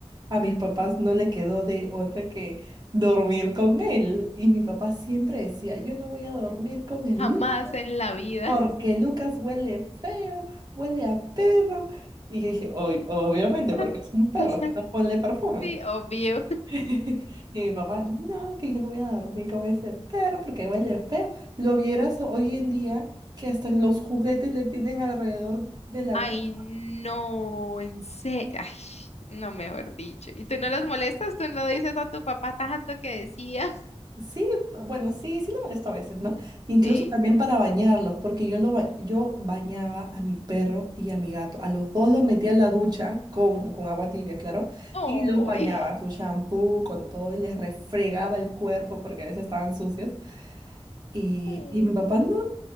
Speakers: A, on the right (about 40°); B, on the left (about 80°).
A: a mis papás no le quedó de otra que dormir con él. Y mi papá siempre decía, yo no voy a dormir con el
B: Jamás
A: Lu-
B: en la vida.
A: porque Lucas huele feo, huele a perro. Y yo dije, "Oy, obviamente, porque
B: <laughs>
A: es un perro, si no ponle perfume.
B: Sí, obvio.
A: <laughs> Y mi papá, no, que yo no voy a dormir con ese perro porque huele feo. Lo vieras hoy en día que hasta los juguetes le tienen alrededor de la
B: Ay,
A: cama.
B: no, en serio. Ay, no, mejor dicho. ¿Y tú no los molestas? ¿Tú no dices a tu papá tanto que decía?
A: Sí, bu- bueno, sí, sí lo molesto a veces, ¿no? Incluso
B: Sí.
A: también para bañarlos, porque yo, lo ba- yo bañaba a mi perro y a mi gato. A los dos los metía en la ducha con, con agua tibia, claro,
B: ¡Ay!
A: y los bañaba su shampoo, con todo, y les refregaba el cuerpo porque a veces estaban sucios. Y,
B: Mm.
A: y mi papá, no,